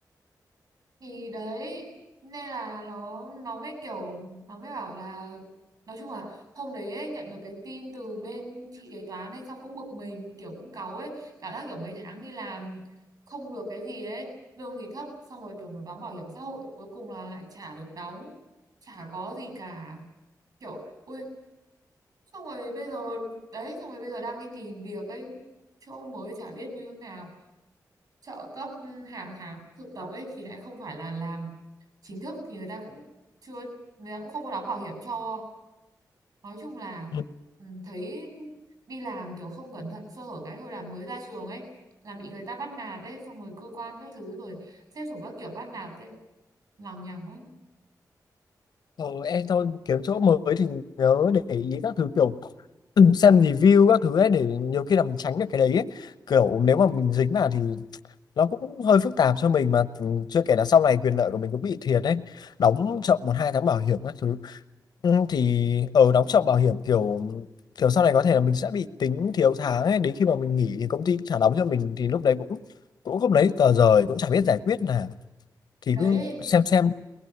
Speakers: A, on the right; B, on the left.
A: thì đấy nên là nó nó mới kiểu nó mới bảo là nói chung là hôm đấy ấy, nhận được cái tin từ bên chị kế toán ấy xong cũng bực mình kiểu cũng cáu ấy cảm giác kiểu mấy tháng đi làm không được cái gì ấy lương thì thấp xong rồi tưởng được đóng bảo hiểm xã hội cuối cùng là lại chả được đóng chả có gì cả kiểu ui xong rồi bây giờ đấy xong rồi bây giờ đang đi tìm việc ấy chỗ mới chả biết như thế nào trợ cấp hàng tháng thực tập ấy thì lại không phải là làm chính thức thì người ta cũng chưa người ta cũng không có đóng bảo hiểm cho nói chung là
B: ừ,
A: ừ, thấy đi làm kiểu không cẩn thận sơ hở cái thôi là mới ra trường ấy là bị người ta bắt nạt ấy xong rồi cơ quan các thứ rồi xếp xuống các kiểu bắt nạt ấy lằng nhằng quá
B: Ờ, em thôi kiếm chỗ mới thì nhớ để ý các thứ kiểu <clears throat> xem review các thứ ấy để nhiều khi là mình tránh được cái đấy ấy. kiểu nếu mà mình dính vào thì nó cũng hơi phức tạp cho mình mà ừ, chưa kể là sau này quyền lợi của mình cũng bị thiệt đấy đóng chậm một hai tháng bảo hiểm các thứ ừ, thì ở đóng chậm bảo hiểm kiểu kiểu sau này có thể là mình sẽ bị tính thiếu tháng ấy đến khi mà mình nghỉ thì công ty cũng trả đóng cho mình thì lúc đấy cũng cũng không lấy tờ rời cũng chả biết giải quyết nào thì
A: đấy
B: cứ xem xem